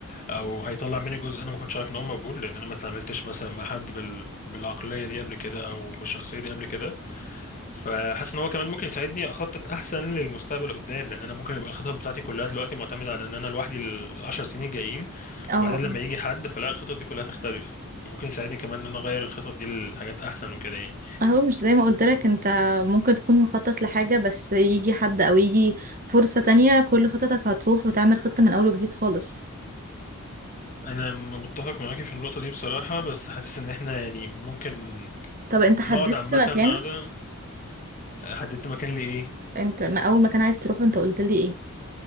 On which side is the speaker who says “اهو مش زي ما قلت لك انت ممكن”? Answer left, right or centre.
Right